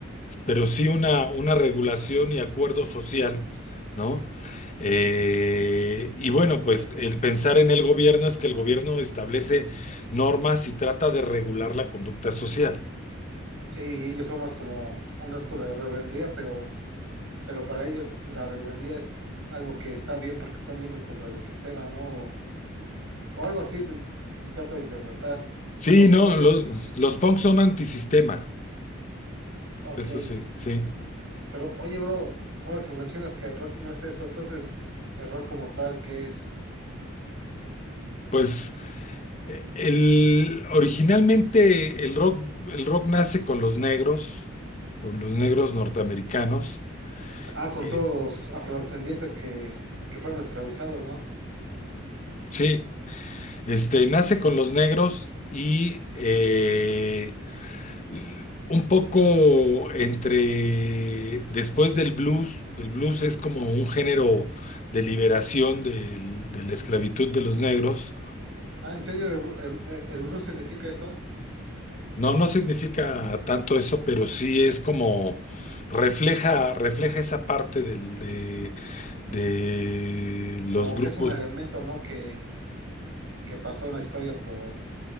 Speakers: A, on the left (about 35°); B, on the right (about 75°).
A: pero sí una, una regulación y acuerdo social, ¿no? Eh, y bueno, pues
B: Ent-
A: el pensar en el gobierno es que el gobierno establece normas y trata de regular la conducta social.
B: Sí, ellos son más como un acto de rebeldía, pero Pero para ellos la rebeldía es algo que está bien porque están yendo en contra del sistema, ¿no? O, o algo así de- trato de interpretar.
A: Sí,
B: Pero
A: no,
B: oye,
A: los, los punks son antisistema,
B: ok,
A: eso sí, sí.
B: pero oye, bro, ahora que mencionas que el rock no es eso, entonces el rock como tal, ¿qué es?
A: Pues Eh, El, originalmente el rock, el rock nace con los negros, con los negros norteamericanos.
B: Ah, con
A: Eh,
B: todos los afrodescendientes que, que fueron esclavizados, ¿no?
A: Sí, este, nace con los negros y eh, l- un poco entre, después del blues, que el blues es como un género de liberación del- de la esclavitud de los negros.
B: Ah, ¿en serio el, el, el blues significa eso?
A: No, no significa tanto eso, pero sí es como refleja, refleja esa parte del, de, de los
B: Como
A: grupos.
B: que es un elemento, ¿no? Que, que pasó en la historia por...